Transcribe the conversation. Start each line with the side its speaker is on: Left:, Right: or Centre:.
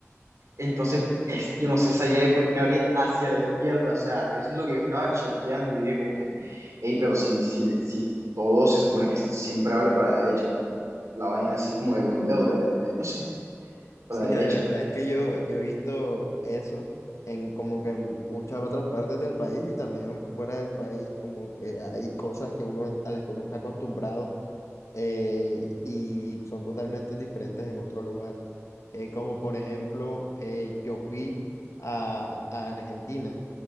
Right: Entonces, es, yo no sé esa llave por qué abría hacia la izquierda, o sea, eso es lo que yo estaba choqueando y dije como que, hey, pero si, si, si todo se supone que siempre abre para la derecha, la vaina así como de los dedos de la gente, no sé, para
Left: sí,
Right: la derecha,
Left: la verdad es que yo, yo he visto eso en como que en muchas otras partes del país y también fuera del país, como que hay cosas que uno, a las que uno está acostumbrado eh, y son totalmente diferentes en otro lugar. Eh, como por ejemplo, eh, yo fui a, a Argentina